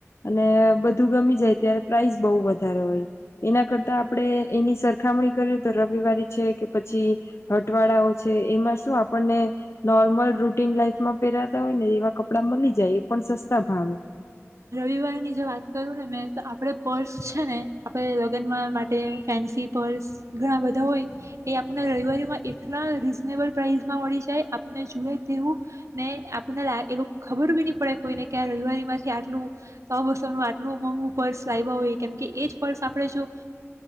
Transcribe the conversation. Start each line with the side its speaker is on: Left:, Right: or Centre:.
Left: અને બધું ગમી જાય ત્યારે પ્રાઇસ બહુ વધારે હોય. એના કરતા આપડે. એની સરખામણી કરીએ તો રવિવારી છે કે પછી? હટવાળાઓ છે એમાં શું આપણને નોર્મલ રૂટીન લાઈફમાં પહેરાતા હોય ને એવા કપડા મળી જાય એ પણ સસ્તા ભાવે.
Right: રવિવારની જો વાત કરું ને મેં તો આપડે પર્સ છે. ને આપણે લગ્ન માટે. ફેન્સી પર્સ ઘણા બધા. હો એ આપ રવિમાં એટલા રીઝનેબલ પ્રઇસમાં મળી જાય આપને જોુએ તેવું ને આપને એ ખબર બી નહી પડે હોય ને કે રવિવારી માંથી. ટલું સ બસોનું આટલું મોંઘું પર્સ લાવવા હોય કેમકે એજ પર્સ આપણે જો